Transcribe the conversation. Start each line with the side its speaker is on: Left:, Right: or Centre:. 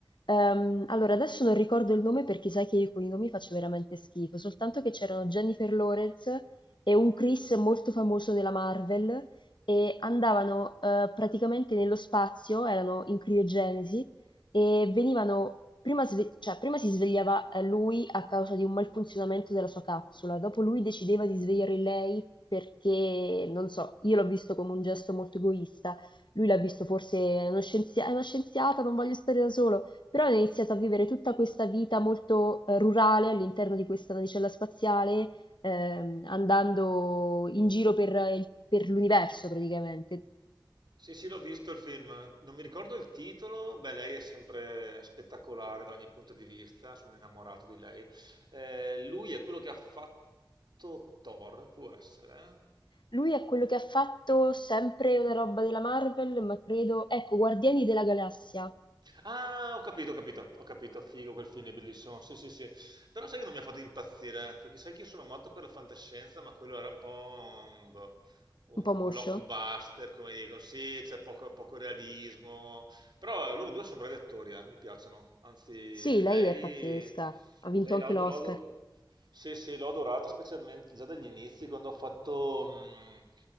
Left: Ehm, allora, adesso non ricordo il nome perché sai che io con i nomi faccio veramente schifo, soltanto che c'erano Jennifer Lawrence e un Chris molto famoso della Marvel e andavano eh, praticamente nello spazio, erano in criogenesi e venivano, prima, sve- cioè, prima si svegliava eh, lui a causa di un malfunzionamento della sua capsula, dopo lui decideva di svegliare lei perché, non so, io l'ho visto come un gesto molto egoista, lui l'ha visto forse "È uno scienzia- è una scienziata, non voglio stare da solo, però ha iniziato a vivere tutta questa vita molto eh, rurale all'interno di questa navicella spaziale, ehm, andando in giro per, eh, il- per l'universo praticamente.
Right: Sì, sì, l'ho visto il film, non mi ricordo il titolo, beh, lei è sempre spettacolare da ogni punto di vista, sono innamorato di lei. Eh, lui è quello che ha fatto Thor, può essere?
Left: Lui è quello che ha fatto sempre una roba della Marvel, ma credo... Ecco, Guardiani della Galassia,
Right: Ah, ho capito, ho capito, ho capito, figo quel film, è bellissimo, sì, sì, sì. Però sai che non mi ha fatto impazzire, perché sai che io sono matto per la fantascienza, ma quello era un po' un, boh, un
Left: un po' moscio.
Right: blockbuster, come dicono, sì, c'è poco, poco realismo, Però eh, loro due sono bravi attori, eh, mi piacciono. Anzi,
Left: Sì, lei
Right: lei,
Left: è pazzesca, ha vinto
Right: lei
Left: anche
Right: l'ho
Left: l'Oscar.
Right: l'ho- l'ho- sì, sì, l'ho adorata specialmente già dagli inizi, quando ha fatto mh,